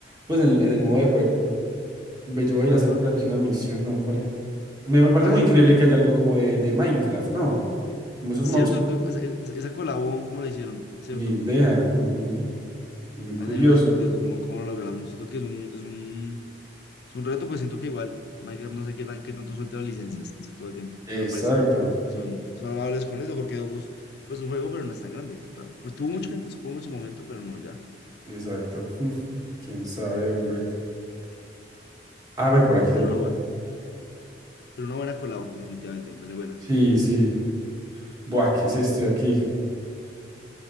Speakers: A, on the right (about 20°); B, on the left (about 60°).
A: pues en, en el modo de juego. Ve, yo voy a
B: Ajá.
A: ir a hacer por aquí una misión, hombre. Me, me parece
B: Dale.
A: muy increíble que haya algo como de, de Minecraft, ¿no? Como esos
B: Cierto
A: mobs.
B: que esa, esa, esa colabón, ¿cómo la hicieron? ¿Cierto?
A: Ni idea. ujú, Muy curioso.
B: A mí también me parece curioso cómo, cómo lo lograron. Siento que es un, es un Es un reto, pues siento que igual Minecraft no sé qué, tan, qué tanto suelta las licencias todo el tiempo.
A: Exacto.
B: Pues al parecer, pues son, son amables con eso, porque Dofus, pues un juego, pero no es tan grande. realmente. Pues tuvo mucha
A: e-
B: gente, supongo, en su momento, pero no ya.
A: Exacto. mm, Quién sabe, hombre. A ver, por aquí se
B: Pero
A: puede.
B: una buena, pero una buena colado definitivamente, me parece buena.
A: Sí, sí. Buah, ¿qué es esto de aquí?